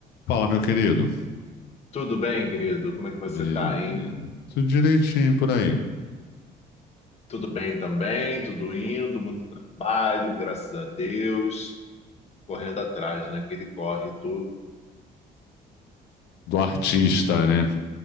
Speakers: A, on the left; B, on the left.
A: Fala, meu querido.
B: Tudo bem, querido? Como é que
A: Beleza.
B: você tá, hein?
A: Tudo direitinho por aí.
B: Tudo bem também, tudo indo, muito trabalho, graças a Deus. Correndo atrás, né? Que ele corre, tu.
A: Do artista, né?